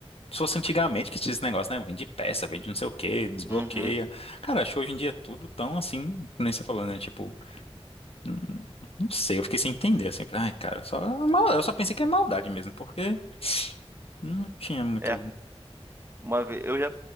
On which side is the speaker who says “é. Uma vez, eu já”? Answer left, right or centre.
Right